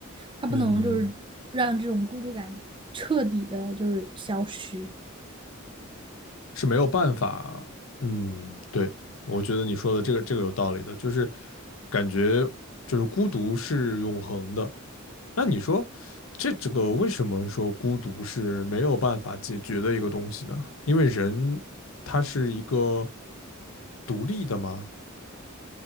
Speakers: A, on the right; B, on the left.
A: 他不能就是让这种孤独感彻底的就是消失。
B: 嗯，是没有办法。嗯，对，我觉得你说的这个这个有道理的，就是感觉就是孤独是永恒的，那你说这这个为什么说孤独是没有办法解决的一个东西呢？因为人他是一个独立的嘛，